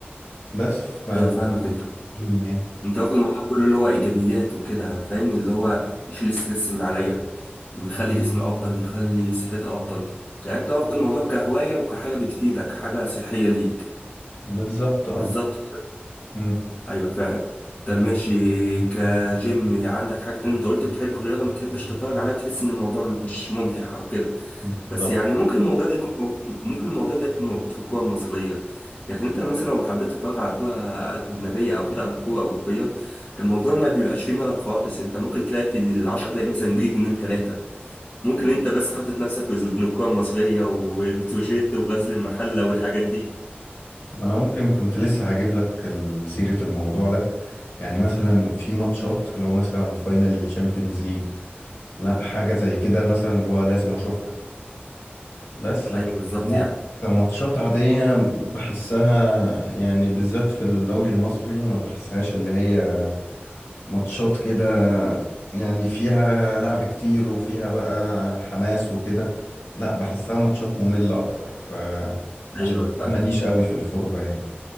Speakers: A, on the left; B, on the left.
A: بس فده
B: أيوه فاهمك أنت
A: الجيم يعني.
B: انت واخد الموضوع كله اللي هو ايجابيات وكده فاهم اللي هو يشيل ستريس من عليا يخلي جسمي افضل يخلي صحتي افضل يعني انت واخد الموضوع كهواية وكحاجة بتفيدك حاجة صحية ليك
A: بالظبط اه
B: بالظبط
A: مم.
B: ايوه فعلا طب ماشي كجيم عندك حاجة تانية انت قلت بتحب الرياضة ما بتحبش تتفرج عليها بتحس ان الموضوع مش ممتع او كده
A: بالظبط
B: بس يعني ممكن الموضوع ده يكون موجود ممكن الموضوع ده يكون موجود في الكورة المصرية لكن انت مثلا لو حبيت تتفرج على كورة أجنبية أو كده أو كورة أوروبية الموضوع ما بيبقاش فيه ملل خالص انت ممكن تلاقي في العشر دقايق مثلا جيل جنين تلاتة ممكن انت بس حاطط نفسك في زون الكورة المصرية وبتروجيت وغزل المحلة والحاجات دي
A: انا ممكن كنت لسه هجيب لك ال- سيرة الموضوع ده يعني مثلا في ماتشات اللي هو مثلا فاينل الشامبيونز ليج لا حاجة زي كده مثلا اللي هو لازم اشوفها بس لكن
B: ايوه بالظبط
A: لا
B: يعني
A: كماتشات عادية بحسها يعني بالذات في الدوري المصري ما بحسهاش اللي هي ماتشات كده يعني فيها لعب كتير وفيها بقى حماس وكده لا بحسها ماتشات مملة اكتر ف
B: ايوه
A: عشان كده
B: فاهم
A: ماليش قوي في الفرجة يعني